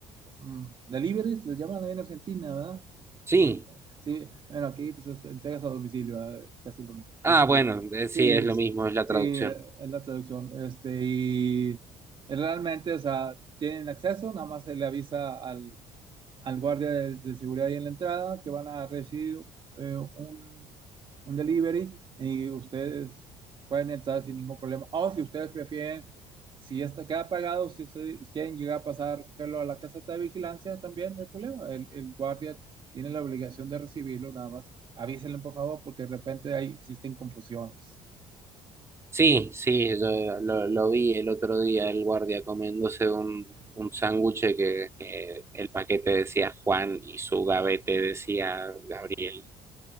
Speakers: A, on the right (about 40°); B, on the right (about 20°).
A: Mm. deliveries, les llaman ahí en Argentina, ¿verdad?
B: Sí,
A: En- eh, sí, bueno, aquí pues es- entregas a domicilio, ¿verdad? casi es lo mismo.
B: ah,
A: Este,
B: bueno, eh, sí,
A: sí, es,
B: es lo mismo,
A: es-
B: es la
A: sí,
B: traducción.
A: eh, es la traducción. Este, y realmente, o sea, tienen acceso, nada más se le avisa al al guardia de, de seguridad ahí en la entrada que van a recibir eh, un, un delivery y ustedes pueden entrar sin ningún problema. O si ustedes prefieren, si está, queda pagado, si ustedes quieren llegar a pasar, recogerlo a la casa de vigilancia, también no hay problema. El, el guardia tiene la obligación de recibirlo, nada más. Avísenle, por favor, porque de repente ahí existen confusiones.
B: Sí, sí, yo eh, lo, lo vi el otro día, el guardia comiéndose un, un sándwich que eh, el paquete decía Juan y su gavete decía Gabriel.